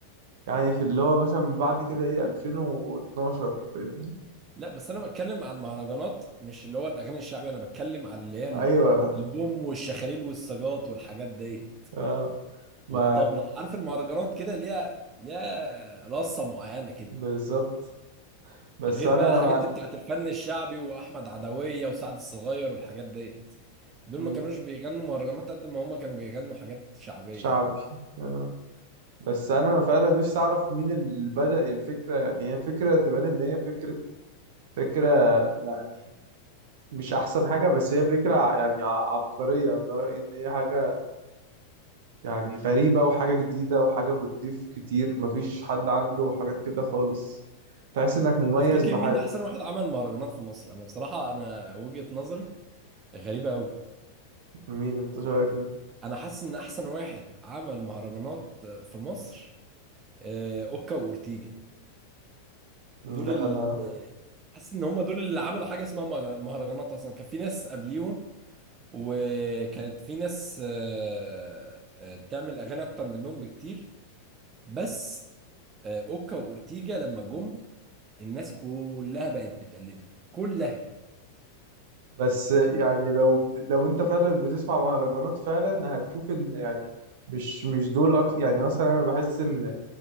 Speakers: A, on the right; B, on the right.
A: يعني في اللي هو مثلا بعد كده ايه 2012 فاهمني
B: لا بس انا بتكلم عن المهرجانات مش اللي هو الاغاني الشعبيه انا بتكلم على اللي هي ال-
A: ايوه
B: البوم والشخاليل والسجاط والحاجات دي
A: اه
B: والطبله
A: ما
B: عارف المهرجانات كده ليها ليها رصه معينه كده
A: بالظبط بس
B: غير
A: انا
B: بقى الحاجات
A: مع...
B: اللي بتاعت الفن الشعبي واحمد عدويه وسعد الصغير والحاجات دي دول
A: مم.
B: ما كانوش بيغنوا مهرجانات قد ما هم كانوا بيغنوا حاجات شعبيه
A: شعبي
B: كده
A: آه. بس انا فعلا نفسي اعرف مين اللي بدأ الفكره يعني هي فكره تبان ان هي فكره فكره يعني مش احسن حاجه بس هي فكره ع- يعني ع- عبقريه انا رايي ان هي حاجه يعني غريبه وحاجه جديده وحاجه بتضيف كتير مفيش حد عنده حاجات كده خالص تحس انك مميز
B: تفتكر
A: بحاجه
B: مين احسن واحد عمل مهرجانات في مصر انا بصراحه انا وجهه نظري غريبه قوي
A: مين انت شايف
B: انا حاسس ان احسن واحد عمل مهرجانات في مصر آه، اوكا واورتيجا دول
A: ده
B: ال...
A: انا
B: آه، حاسس ان هم دول اللي عملوا حاجه اسمها مهر- مهرجانات اصلا كان في ناس قبليهم وكانت في ناس آه، آه، بتعمل اغاني اكتر منهم بكتير بس آه، اوكا واورتيجا لما جم الناس كلها بقت بتقلده كلها
A: بس يعني لو لو انت فعلا بتسمع مهرجانات فعلا هتشوف ان يعني مش مش دول اكتر يعني مثلا انا بحس ان